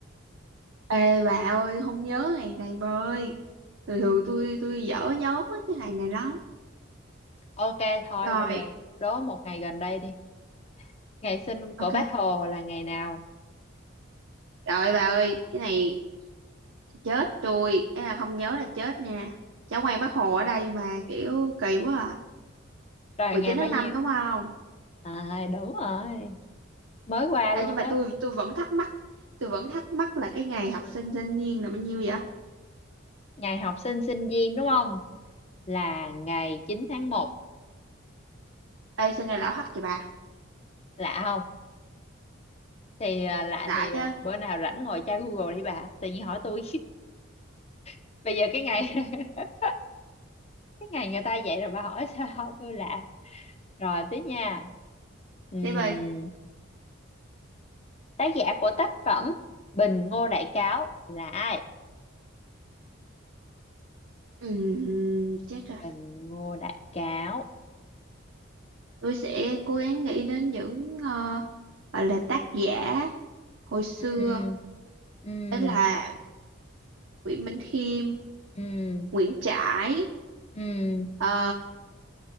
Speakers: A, on the right; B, on the left.
A: ê bà ơi không nhớ ngày này bà ơi thường thường tôi tôi dở nhớ mấy cái ngày này lắm
B: ok thôi
A: rồi
B: bây giờ đố một ngày gần đây đi ngày sinh của
A: ok
B: Bác Hồ là ngày nào
A: trời ơi, bà ơi cái này chết tôi ấy là không nhớ là chết nha cháu ngoan bác Hồ ở đây mà kiểu kỳ quá à
B: rồi
A: mười
B: ngày
A: chín
B: bao
A: tháng
B: nhiêu
A: năm đúng không
B: à đúng rồi mới qua
A: à,
B: luôn
A: nhưng mà
B: đó.
A: tôi tôi vẫn thắc mắc tôi vẫn thắc mắc là cái ngày học sinh thanh niên là bao nhiêu vậy
B: ngày học sinh sinh viên đúng không là ngày chín tháng một
A: ê sao nghe lão hắc vậy bà
B: lạ không thì à, lạ
A: lạ
B: thì
A: chứ
B: à, bữa nào rảnh ngồi tra Google đi bà tự nhiên hỏi tôi <laughs> bây giờ cái ngày <laughs> cái ngày người ta dạy rồi bà hỏi sao hỏi tôi lạ rồi tiếp nha Ừm,
A: tiếp ơi
B: tác giả của tác phẩm Bình Ngô Đại Cáo là ai
A: Ừm, chết rồi
B: Bình Ngô Đại Cáo
A: tôi sẽ cố gắng nghĩ đến những ờ, gọi là tác giả hồi xưa
B: Ừm, ừm,
A: đó là Nguyễn Bỉnh Khiêm
B: ừm,
A: Nguyễn Trãi
B: ừm.
A: ờ,